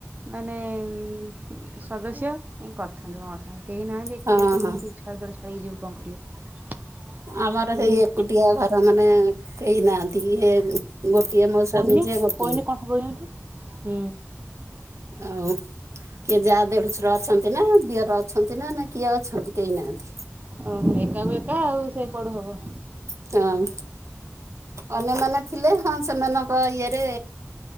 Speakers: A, on the right; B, on the right.
A: ମାନେ ଉଁ ସଦସ୍ୟ କରିଥାନ୍ତି ମୋ କଥା କେହି ନାହାନ୍ତି ଏକୁଟିଆ
B: ହଁ
A: ତୁ
B: ହଁ
A: କିମିତି ଛୁଆକୁ ଏଡେ ଛାଡିକି ଯିବୁ କଣ କରିବୁ?
B: ଆମର
A: ହୁଁ
B: ସେଇ ଏକୁଟିଆ ଘର ମାନେ କେହି ନାହାନ୍ତି ଇଏମ୍ ଗୋଟିଏ ମୋ ସ୍ୱାମୀ
A: କହିନି
B: ଯିଏ ଗୋଟିଏ।
A: କହିନି କଣ ହବ ଏଇନା ଏଠୁ? ହୁଁ।
B: ଆଉ କିଏ ଯାଆ ଦେଢୁଶୁର ଅଛନ୍ତି ନା ଦିଅର ଅଛନ୍ତି ନା ନା କିଏ ଅଛନ୍ତି କେହି ନାହାନ୍ତି?
A: ଓହୋ ଏକାକୁ ଏକା ଆଉ ସେ କଆଡୁ ହବ?
B: ହଁ ଅନ୍ୟମାନେ ଥିଲେ ହଁ ସେମାନ ଙ୍କ ଇଏରେ